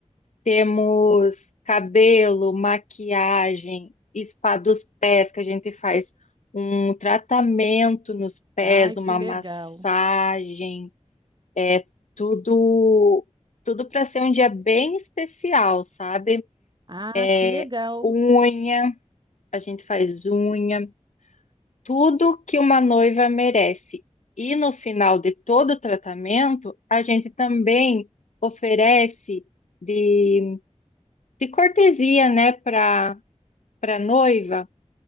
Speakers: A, on the left (about 75°); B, on the right (about 40°).
A: Temos cabelo, maquiagem, spa dos pés, que a gente faz um tratamento nos pés,
B: Ai,
A: uma
B: que legal.
A: massagem. É tudo, tudo para ser um dia bem especial, sabe?
B: Ah,
A: É
B: que legal.
A: Unha, a gente faz unha, tudo que uma noiva merece. E no final de todo o tratamento, a gente também oferece de, de cortesia, né, para para noiva,